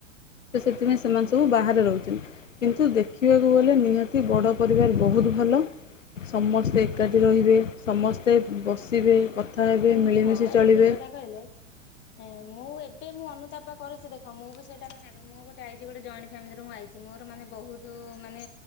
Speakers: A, on the left; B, on the left.
A: ତ ସେଥିପାଇଁ ସେମାନେ ସବୁ ବାହାରେ ରହୁଚନ୍ତି। କିନ୍ତୁ ଦେଖିବାକୁ ଗଲେ ନିହାତି ବଡ଼ ପରିବାର୍ ବହୁତ୍ ଭଲ। ସମସ୍ତେ ଏକାଠି ରହିବେ ସମସ୍ତେ ବସିବେ କଥା ହେବେ
B: ହଁ-
A: ମିଳିମିଶି
B: ହଁ ଏଇଟା
A: ଚଳିବେ
B: ଠିକ୍ କଥା କହିଲେ। ହଁ ମୁଁ ଏବେ ମୁଁ ଅନୁତାପା କରୁଚି ଦେଖ ମୁଁ ବି ସେଇଟା ମାନେ ଆଗ ମୁଁ ଗୋଟେ ଆଇଚି ଗୋଟେ ଜଏଣ୍ଟ୍ ଫ୍ୟାମିଲିରୁ ମୁଁ ଆଇଚି। ମୋର ମାନେ ବହୁତୁ ମାନେ